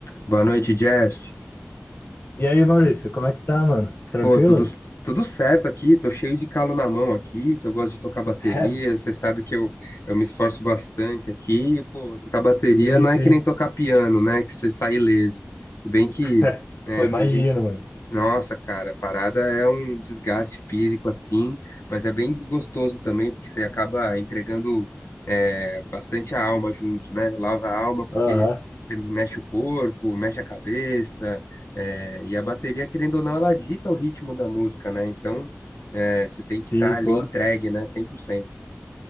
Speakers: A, on the left; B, on the left.
A: Boa noite, Jeff.
B: E aí, Maurício, como é que tá, mano? Tranquilo?
A: Pô, tudo, tudo certo aqui, tô cheio de calo na mão aqui, que eu gosto de tocar bateria,
B: <laughs>
A: você sabe que eu, eu me esforço bastante aqui, pô, tocar bateria
B: sim,
A: não
B: sim.
A: é que nem tocar piano, né, que você sai ileso. Se bem que,
B: <laughs>
A: né,
B: Pô, imagino,
A: tem gente
B: mano.
A: Nossa, cara, a parada é um desgaste físico assim, mas é bem gostoso também, porque você acaba entregando é, bastante a alma junto, né? Lava a alma porque
B: Aham,
A: você mexe o corpo, mexe a cabeça, é, e a bateria, querendo ou não, ela dita o ritmo da música, né? Então, é, você tem
B: sim,
A: que estar ali
B: pô.
A: entregue, né? 100%.